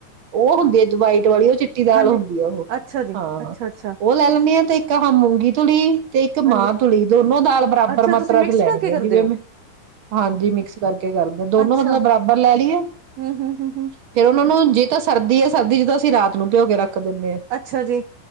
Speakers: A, on the right; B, on the right.
A: ਉਹ ਹੁੰਦੀ ਹੈ ਜੁਵਾਈਟ ਵਾਲੀ ਉਹ ਚਿੱਟੀ ਦਾਲ
B: ਹਾਂਜੀ
A: ਹੁੰਦੀ ਆ ਉਹ
B: ਅੱਛਾ ਜੀ
A: ਹਾਂ
B: ਅੱਛਾ ਅੱਛਾ
A: ਉਹ ਲੈ ਲੈਂਦੇ ਤੇ ਇੱਕ ਮੁੱਗੀ ਤੁਲੀ ਤੇ ਇੱਕ
B: ਹਾਂਜੀ
A: ਮਾਂ ਧੂਲੀ ਦੋਨੋ ਦਾਲ ਬਰਾਬਰ
B: ਅੱਛਾ
A: ਮਾਤਰਾ
B: ਤੁਸੀਂ ਮਿਕਸ
A: ਚ ਲੈਣੀ
B: ਕਰਕੇ
A: ਹੈ
B: ਕਰਦੇ
A: ਜਿਵੇਂ
B: ਹੋ
A: ਹਾਂਜੀ ਮਿਕਸ ਕਰਕੇ ਕਰਦੇ ਦੋਨੋ
B: ਅੱਛਾ
A: ਮਤਲਬ ਬਰਾਬਰ ਲੈ ਲਈਏ
B: ਹਮ ਹਮ ਹਮ ਹਮ
A: ਫੇਿਰ ਉਹਨਾਂ ਨੂੰ ਜਿ ਤਾਂ ਸਰਦੀ ਹੈ ਸਰਦੀ ਚ ਤਾਂ ਅਸੀਂ ਰਾਤ ਨੂੰ ਭਿਓ ਕੇ ਰੱਖ ਰੱਖ ਦਿੰਦੇ ਆ
B: ਅੱਛਾ ਜੀ